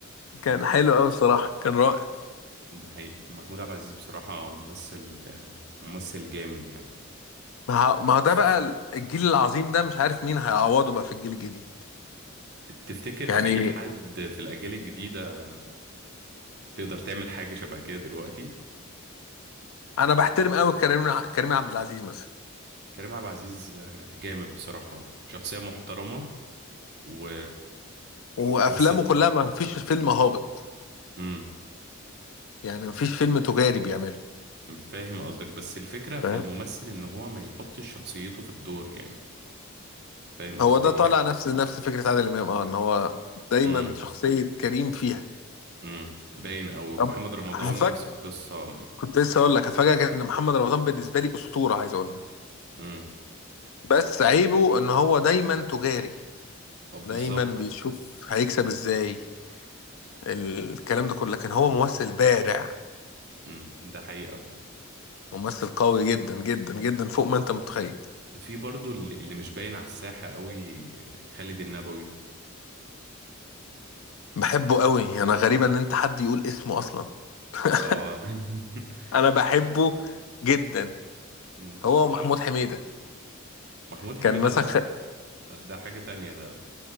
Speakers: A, on the left; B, on the right.
A: كان حلو قوي بصراحه كان رائع
B: <laughs> ده حقيقي محمود عبد العزيز بصراحة ممثل ممثل جامد يعني
A: ما ه- ما هو ده
B: ف-
A: بقى ال- الجيل العظيم ده مش عارف مين هيعوضه بقى في الجيل الجديد
B: تفتكر
A: يعني
B: في حد في الأجيال الجديدة تقدر تعمل حاجة شبه كده دلوقتي
A: انا بحترم قوي كريم ع- كريم عبد العزيز مثلا
B: كريم عبد العزيز جامد بصراحة وشخصية محترمة و
A: وافلامه
B: بس
A: كلها ما فيش فيلم هابط
B: مم.
A: يعني ما فيش فيلم تجاري بيعمله
B: فاهم قصدك بس الفكرة في
A: فاهم
B: الممثل ان هو ما يحطش شخصيته في الدور يعني فاهم قصدي
A: هو ده
B: ايه
A: طالع نفس نفس فكرة عادل امام اه ان هو دايما
B: امم
A: شخصية كريم فيها
B: امم باين او
A: طب
B: محمد رمضان
A: هفاجئ
B: نفس القصة
A: كنت لسه اقول لك هفاجئك ان محمد رمضان بالنسبة لي اسطورة عايز اقول لك
B: امم
A: بس عيبه ان هو دايما تجاري
B: اه بالظبط
A: دايما بيشوف هيكسب ازاي الكلام ده كله لكن هو ممثل بارع
B: امم ده حقيقة فعلا.
A: ممثل قوي جدا جدا جدا فوق ما انت متخيل
B: في برضو اللي اللي مش باين على الساحة قوي خالد النبوي
A: بحبه قوي انا غريبة ان انت حد يقول اسمه اصلا <laughs>
B: اه <laughs>
A: انا بحبه جدا
B: مم.
A: هو ومحمود حميدة
B: محمود
A: كان
B: حميدة
A: مثلا
B: ده
A: خ...
B: ده حاجة تانية ده